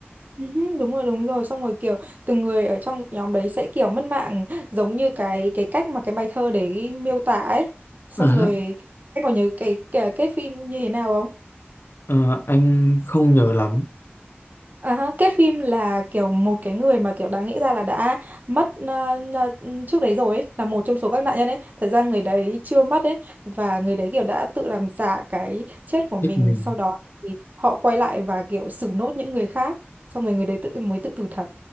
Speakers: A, on the right (about 40°); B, on the left (about 60°).
A: Ừ, đúng rồi đúng rồi xong rồi kiểu từng người ở trong nhóm đấy sẽ kiểu mất mạng giống như cái cái cách mà cái bài thơ đấy miêu tả ấy xong
B: Ờ, hả?
A: rồi anh còn nhớ cái cái, cái phim như thế nào
B: Ờ, anh không nhớ lắm
A: À, ha, Kết phim là kiểu một cái người mà kiểu đáng nghĩ ra là đã mất ờ, ờ, trước đấy rồi ấy, là một trong số các nạn nhân ấy. Thật ra người đấy chưa mất ấy và người đấy kiểu đã tự làm giả cái chết của mình.
B: thích mình
A: Sau đó thì họ quay lại và kiểu xử nốt những người khác. Xong rồi người đấy tự mới tự tử thật.